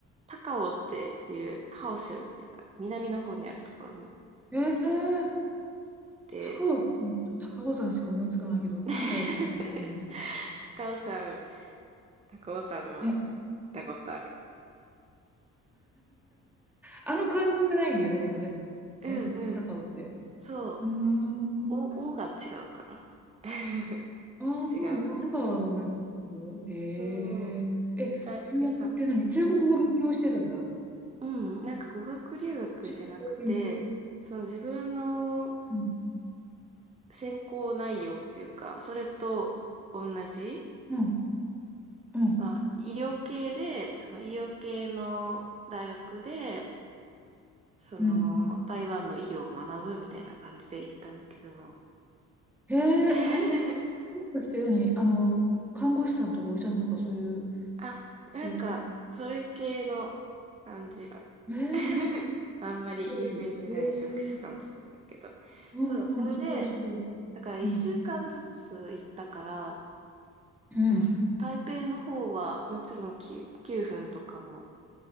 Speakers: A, on the right (about 20°); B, in the centre.
A: 高雄っていうカオ州みたいな、南の方にあるところに
B: ん。えー、
A: 行って、
B: 高尾、高尾山しか思いつかないけど、高尾っていうのがあるの
A: <laughs> 高尾山、高尾山も行っ
B: ね。
A: たことある。
B: あの感じじゃないんだよね、でもね。
A: うんうん。
B: ね高尾って。
A: そう。
B: うーん。
A: お、おが違うかな。<laughs>
B: ああ、
A: 違うか。
B: そう、あ高尾は思い出すけど。へえ。
A: そう、
B: え、
A: めっちゃ良かった。
B: 留学って何中国語勉強してたんだ。
A: うん、なんか語学留学じゃなくて、
B: 中古で
A: そう、自分の
B: うん、
A: 専攻内容というか、それと同じ、
B: うん、うん。
A: まあ、医療系で、その医療系の大学で、その、
B: うん
A: 台湾の医療を学ぶみたいな感じで行ったんだけど、
B: へえ、
A: <laughs>
B: あれもしかして何あの、看護師さんとかお医者さんとかそういう
A: あ、
B: 仕事
A: なんか、それ系の感じは、
B: ええ、
A: <laughs> あんまり有名じゃない職種かもしれないけど、
B: すごい。ええ、うんうん、
A: そう、それで、
B: すごい、すごい。
A: だから一週間ずつ行ったから、
B: うん。うん。
A: うん、台北の方はもちろん9、9分とかも